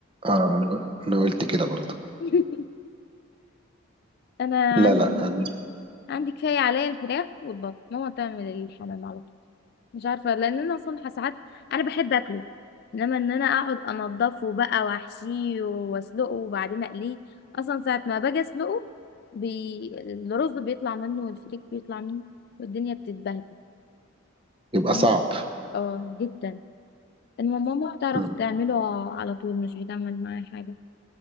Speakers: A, on the right; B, on the left.
A: اه ما انا أنا قلت كده برضه
B: <laughs> انا
A: لا
B: عندي
A: لا آه،
B: عندي كفايه عليا الفراخ والبط ماما تعمل الحمام على طول مش عارفه لان انا اصلا ساعات انا بحب اكله انما ان انا اقعد انضفه بقى واحشيه واسلقه وبعدين اقليه اصلا ساعه ما باجي اسلقه بي... الرز بيطلع منه والفريك بيطلع منه والدنيا بتتبهدل
A: يبقى
B: مم.
A: صعب
B: اه جدا انما ماما بتعرف
A: مم.
B: تعمله على طول مش بتعمل معايا حاجة